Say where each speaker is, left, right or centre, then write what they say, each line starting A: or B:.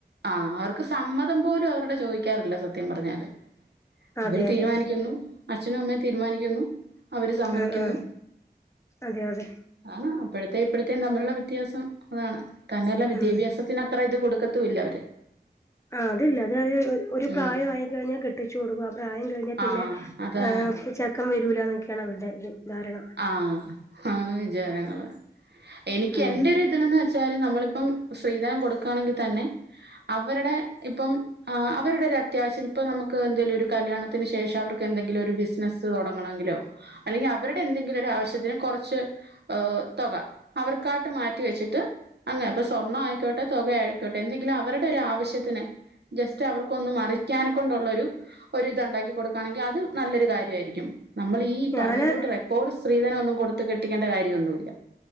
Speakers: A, on the right; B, on the left.
A: ആഹ് അവർക്ക് സമ്മതം പോലും അവര്ടെ ചോദിക്കാറില്ല സത്യം പറഞ്ഞാല് അവര്
B: അതെ
A: തീരുമാനിക്കുന്നു
B: അതെ
A: അച്ഛനു അമ്മയും തീരുമാനിക്കുന്നു അവര് സമ്മതിക്കുന്നു
B: ആ ആ അതെ അതെ
A: ആണ് അപ്പഴത്തെ ഇപ്പഴതേം തമ്മിലുള്ള വ്യത്യാസം അതാണ് തന്നെയല്ല വിദ്യാഭ്യാസത്തിന്
B: ഉം
A: അത്ര ഇത് കൊടുക്ക ത്തൂല്ലവര്
B: ആ അതില്ല അത് അത് ഒരു
A: ഉം
B: പ്രായ വായി ക്കഴിഞ്ഞാ കെട്ടിച്ചു കൊടുക്കും ആ പ്രായം ത് കഴിഞ്ഞാ പിന്നെ
A: ആഹ് അതാണ്
B: ഹ്ഏ ചെക്കൻ വരൂല ന്നൊക്കെണ് അവരുടെ ഒരു ധാരണ
A: ആ ഹ് ഹാണ് വിചാരങ്ങള് എനിക്കെന്റെ
B: ഉം
A: രു ന്ന് വെച്ചാല് നമ്മളിപ്പം സ്ത്രീധനം കൊടുക്കുകയാണെങ്കിതന്നെ അവരുടെ ഇപ്പം ആ അവരുടെ ഒരു അത്യാവശ്യന് ഇപ്പൊ നമുക്ക് എന്തേലും ഒരു കല്യാണത്തിന് ശേഷം അവർക്ക് എന്തെങ്കിലു ഒരു ബിസിനസ്സ് തുടങ്ങണങ്കിലോ അല്ലെങ്കിൽ അവരുടെ എന്തെങ്കിലും ഒരു ആവശ്യത്തിന് കുറച്ച് ഓ തുക അവർക്കായിട്ട് മാറ്റി വെച്ച്ട്ട് അങ്ങനെ പ്പൊ സ്വർണ്ണായിക്കോട്ടെ തുക ആയിക്കോട്ടെ എന്തെങ്കിലും അവരുടെ ഒരു ആവശ്യത്തിന് ജസ്റ്റ് അവർക്കൊന്ന് മറിക്കാനെ കൊണ്ടുള്ളൊരു ഒരു ത് ണ്ടാക്കി കൊടുക്കുകയാണെങ്കി അത് നല്ലൊരു കാര്യവായിരിക്കും നമ്മൾ ഈ
B: ഞാന്
A: പറഞ്ഞിട്ടോട്ട് റെക്കോർഡ് സ്ത്രീധനം ഒന്നും കൊടുത്ത് കെട്ടിക്കേണ്ട കാര്യമൊന്നുഇല്ല